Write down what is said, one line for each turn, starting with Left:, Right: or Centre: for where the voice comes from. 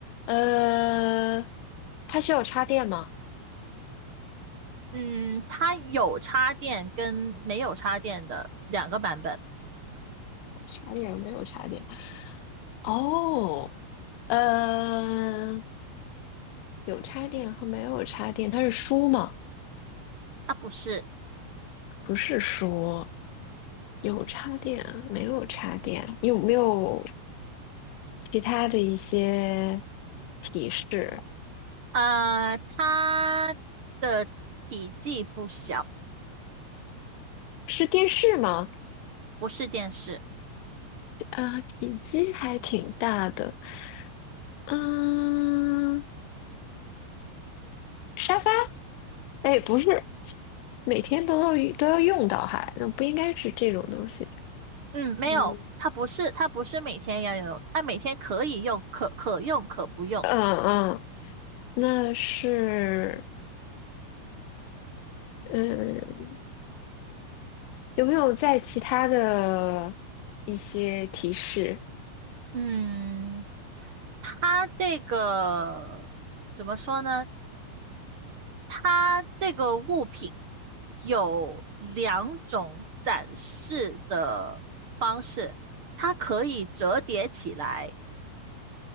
Left: 呃，它需要插电吗？
Right: 嗯，它有插电跟没有插电的两个版本。
Left: 插电没有插电。哦，呃，有插电和没有插电，它是书吗？
Right: 它不是，
Left: 不是书，有插电啊，没有插电，你有没有其他的一些提示？
Right: 呃，它的体积不小，
Left: 是电视吗？
Right: 不是电视。
Left: 啊，体积还挺大的。嗯，沙发？哎，不是，每天都要都要用到哈，那不应该是这种东西。
Right: 嗯，没有，
Left: 嗯，
Right: 它不是，它不是每天要用，它每天可以用，可可用可不用。
Left: 嗯嗯，那是，嗯，有没有在其他的一些提示？
Right: 嗯，它这个怎么说呢？它这个物品有两种展示的方式，它可以折叠起来，